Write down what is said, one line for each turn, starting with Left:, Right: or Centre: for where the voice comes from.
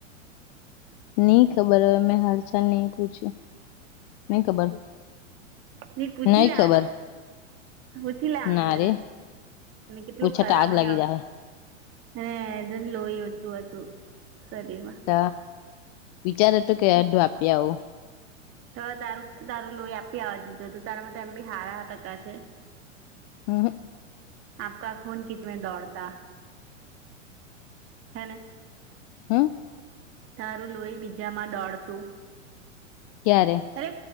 Left: ની ખબર હવે મેં હાલચાલ ની પૂછ્યું ની ખબર.
Right: ની પૂછી
Left: નઈ
Right: લેવાનું.
Left: ખબર
Right: પૂછી લેવાનું
Left: ના
Right: જરાક
Left: રે
Right: અને કેટલુ
Left: પૂછે
Right: ખરાબ
Left: તો આગ
Right: એને
Left: લાગી
Right: અ
Left: જાહે
Right: હે જેને લોહી ઓછું હતું શરીર માં
Left: તહ વિચાર હતું કે અઢધૂ આપી આવું.
Right: હ તારું તારું લોહી આપી આવા જોય તું તું તારા માટ એમ બી હારા ટકા છે.
Left: અહ.
Right: આપકા ખૂન કીસમે દોડતા. હેને.
Left: હમ્મ.
Right: તારું લોહી બીજામાં દોડતું.
Left: ક્યારે?
Right: અરે